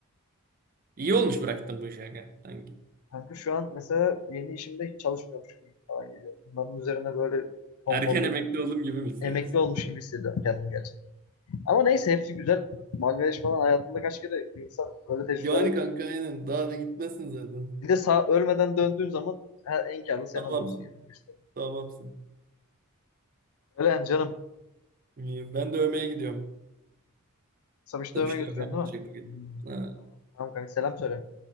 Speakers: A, on the right; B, on the left.
A: İyi olmuş bıraktım bu işi kanka sanki.
B: Kanka şu an mesela yeni işimde hiç çalışmıyormuş gibi falan geliyor. Bunların üzerine böyle konforlu
A: Erken emekli oldum gibi mi hissediyorsun?
B: emekli olmuş gibi hissediyorum kendimi gerçekten. Ama neyse hepsi güzel. Bangladeş falan hayatında kaç kere bir insan böyle tecrübeler.
A: Yani kanka aynen. Daha da gitmesin zaten.
B: Bir de sağ ölmeden döndüğün zaman her, en karlı sen
A: Tamamsın.
B: oluyorsun yani. işte.
A: Tamamsın.
B: Öyle yani canım.
A: İyi. Ben de övmeye gidiyorum.
B: Samiş'i
A: Tabii
B: dövmeye
A: işte
B: götürüyorsun
A: övme yapacağım
B: değil mi?
A: bugün.
B: Hı hı.
A: Ha,
B: Tamam kanka selam söyle.